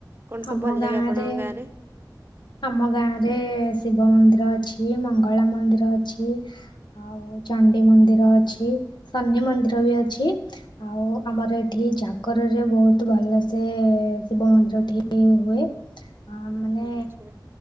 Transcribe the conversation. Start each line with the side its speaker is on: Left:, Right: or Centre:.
Right: କଣ ସବୁ
Left: ଆମ
Right: ଭଲ
Left: ଗାଁରେ
Right: ଲାଗେ ଆପଣଙ୍କ ଗାଁ ରେ?
Left: ଆମ ଗାଁ ରେ ଶିବ ମନ୍ଦିର ଅଛି, ମଙ୍ଗଳା ମନ୍ଦିର ଅଛି ଆଉ ଆଉ ଚଣ୍ଡୀ ମନ୍ଦିର ଅଛି, ଶନି ମନ୍ଦିର ବି ଅଛି, ଆଉ ଆମର ଏଠି ଜାଗ ଘରେ ବହୁତ ଭଲ ସେ ଶିବ ମନ୍ଦିର ଏଠି ହୁଏ। ଆ ମାନେ
Right: ଆଛା।